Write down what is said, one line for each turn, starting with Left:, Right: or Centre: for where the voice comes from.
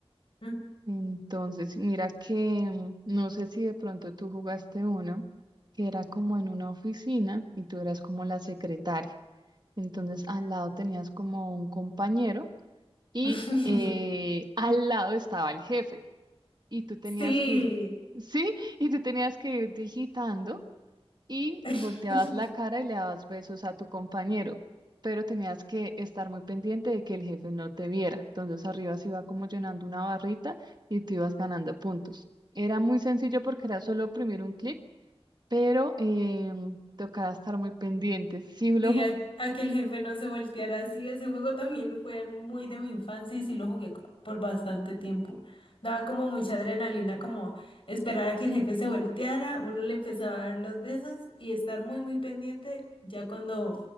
Left: Mm.
Right: Entonces, mira que mm, no sé si de pronto tú jugaste uno que era como en una oficina y tú eras como la secretaria. Entonces, al lado tenías como un compañero y
Left: <laughs>
Right: eh, al lado estaba el jefe y tú tenías
Left: Sí,
Right: que ir, sí, y tú tenías que ir digitando y
Left: <laughs>
Right: volteabas la cara y le dabas besos a tu compañero, pero tenías que estar muy pendiente de que el jefe no te viera. Entonces arriba se iba como llenando una barrita y tú ibas ganando puntos. Era muy sencillo porque era solo oprimir un clic, pero em, tocaba estar muy pendiente. Sí lo
Left: sí,
Right: jugué
Left: a, a que el jefe no se volteara así. Ese juego también fue muy de mi infancia y sí lo jugué co- por bastante tiempo. Daba como mucha adrenalina, como esperar a que el jefe se volteara, uno le empezaba a dar los besos y estar muy, muy pendiente ya cuando